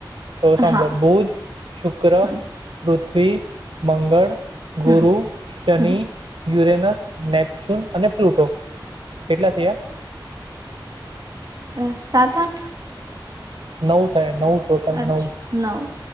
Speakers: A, on the right; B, on the right.
A: તો સાંભળો
B: હા
A: બુધ શુક્ર.
B: હમ
A: પૃથ્વી મંગળ.
B: હમ
A: ગુરુ, શનિ.
B: હમ
A: યુરેનસ, નેપચ્યુન અને પ્લુટો. કેટલા થયા.
B: અ સાત આઠ.
A: નવ થયા નવ. ટોટલ
B: અચ્છા
A: નવ
B: નવ